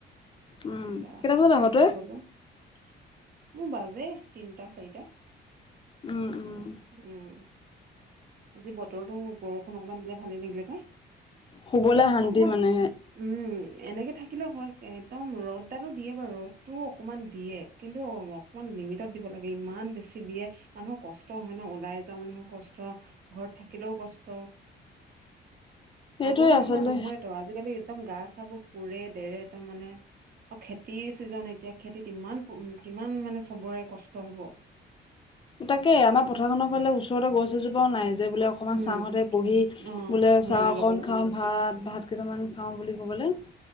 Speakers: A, on the left; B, on the right.
A: উম,
B: অ',
A: কেইটা বজাত আহ
B: দিনত।
A: তই?
B: মোৰ বাজে তিনটা চাৰিটা।
A: উম, উম,
B: উম। আজি বতৰো বৰষুণ অকনমান দিলে ভালে লাগিলে পাই।
A: শুবলৈ শান্তি
B: অকমান
A: মানে।
B: উম, এনেকে থাকিলে হয় একদম ৰ'দ ডালো দিয়ে বাৰু ৰ'দটোও অকমান দিয়ে। কিন্তু অকমান লিমিটত দিব লাগে ইমান বেছি দিয়ে মানুহৰ কষ্ট হয় ন, ওলাই যোৱা মানুহৰ কষ্ট ঘৰত থাকিলেও কষ্ট।
A: সেইটোৱে
B: আগৰ নিচিনা
A: আচলতে
B: নহয়তো আজিকালি একদম গা চাবোৰ পুৰে দেৰে একদম মানে আৰু খেতিৰ চিজন এতিয়া খেতিত কিমান-কিমান মানে চবৰে কষ্ট হ'ব।
A: তাকে আমাৰ পথাৰ খনৰ ফালে ওচৰতে গছ এজোপাও নাই। যে বোলে অকণমান
B: উম,
A: চাহতে বহি
B: অ',
A: বোলে
B: জিৰণি
A: চাহ অকণ
B: ল'বলে
A: খাওঁ ভাত-ভাত কেইটামান খাওঁ বুলি ক'বলৈ।